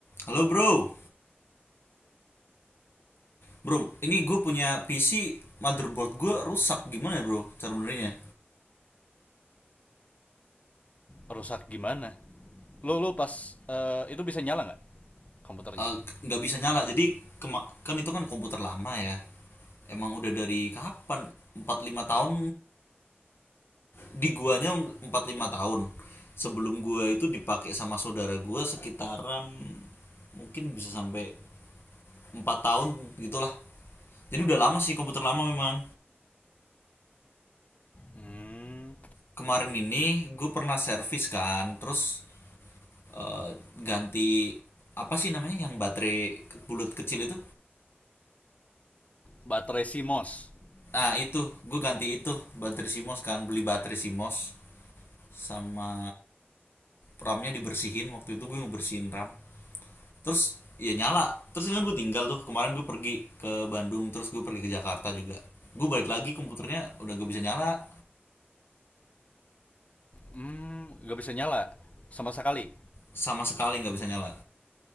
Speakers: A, on the left (about 65°); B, on the left (about 35°).
A: Halo bro, bro, ini gue punya PC motherboard gue rusak gimana ya bro? Cara benernya
B: rusak gimana lo lo pas eh, itu bisa nyala nggak komputernya
A: Eh, nggak bisa nyala. Jadi kema- kan itu kan komputer lama ya. Emang udah dari kapan? Empat lima tahun di guanya empat lima tahun. Sebelum gua itu dipakai sama saudara gua sekitaran mungkin bisa sampai 4 tahun gitulah. Jadi udah lama sih komputer lama memang.
B: hmm,
A: Kemarin ini gue pernah servis kan, terus eh, ganti apa sih namanya yang baterai ke- bulat kecil itu
B: baterai CMOS
A: nah itu gue ganti itu baterai Simos kan beli baterai Simos sama ramnya dibersihin waktu itu gue ngebersihin ram terus ya nyala terus ini kan gue tinggal tuh kemarin gue pergi ke Bandung terus gue pergi ke Jakarta juga gue balik lagi komputernya udah gak bisa nyala
B: hmm nggak bisa nyala sama sekali
A: sama sekali nggak bisa nyala